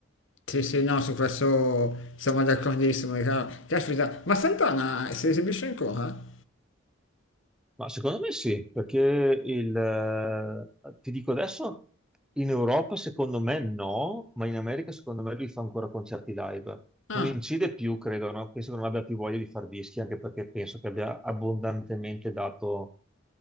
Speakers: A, on the left; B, in the centre.
A: sì, sì, no, su questo siamo d'accordissimo. è chiaro. Caspita, ma Santana si esibisce ancora?
B: Ma secondo me sì, perché il, eh, ti dico adesso, in Europa secondo me no, ma in America secondo me lui fa ancora concerti live.
A: Ah.
B: Non incide più, credo, no? Penso che non abbia più voglia di fare dischi, anche perché penso che abbia abbondantemente dato